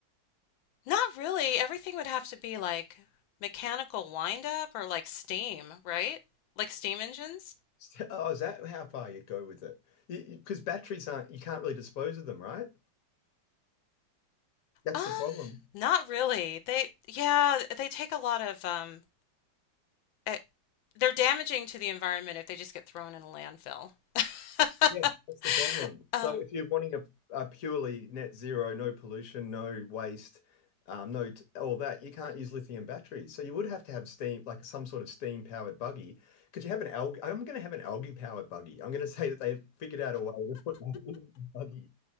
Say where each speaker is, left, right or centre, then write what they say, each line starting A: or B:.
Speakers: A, on the left (about 85°); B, on the left (about 55°).
A: Not really. Everything would have to be like mechanical wind up or like steam, right? Like steam engines?
B: <laughs> Oh, is that how far you go with it? Because batteries aren't, you can't really dispose of them, right? That's
A: Um,
B: the problem.
A: not really. They, yeah, they take a lot of, um, eh, they're damaging to the environment if they just get thrown in a landfill. <laughs>
B: Yeah, that's the problem. So
A: Um,
B: if you're wanting a, a purely net zero, no pollution, no waste, um, no t- all that, you can't use lithium batteries. So you would have to have steam, like some sort of steam powered buggy. Could you have an algae? I'm going to have an algae powered buggy. I'm going to <laughs> say that they've figured out a way to put <laughs> algae in a buggy